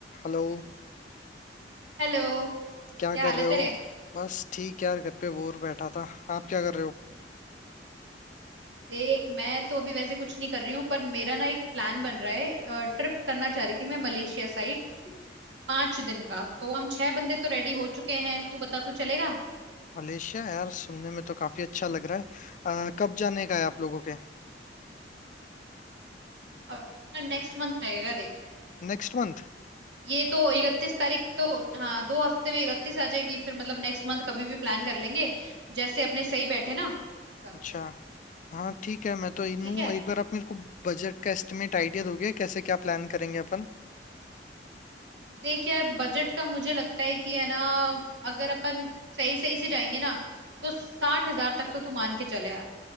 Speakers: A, on the left (about 45°); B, on the right (about 85°).
A: Hello
B: हेलो
A: क्या
B: क्या
A: कर
B: हाल
A: रहे
B: है तेरे
A: हो बस ठीक यार घर पे बोर बैठा था आप क्या कर रहे हो
B: देख मैं तो अभी वैसे कुछ नहीं कर रही हूँ पर मेरा ना एक प्लान बन रहा है ट्रिप करना चाह रही थी मैं मलेशिया साइड पांच दिन का तो हम छह बंदे तो रेडी हो चुके हैं तू बता तू चलेगा
A: मलेशिया यार सुनने में तो काफी अच्छा लग रहा है अ, कब जाने का है आप लोगों के
B: अब नेक्स्ट मंथ रहेगा देख
A: Next month
B: ये तो इकतीस तारीख तो हाँ दो हफ्ते में इकतीस आ जाएगी फिर मतलब नेक्स्ट मंथ कभी भी प्लान कर लेंगे जैसे अपने सही बैठे ना उस हिसाब
A: अच्छा
B: से
A: हाँ ठीक है मैं तो इन
B: ठीक
A: हूँ
B: है
A: एक बार आप मेरे को बजट का एस्टिमेट आइडिया दोगे कैसे क्या प्लान करेंगे अपन
B: देख यार बजट का मुझे लगता है कि है ना अगर अपन सही सही से जाएंगे ना तो साठ हजार तक तो तू मान के चले यार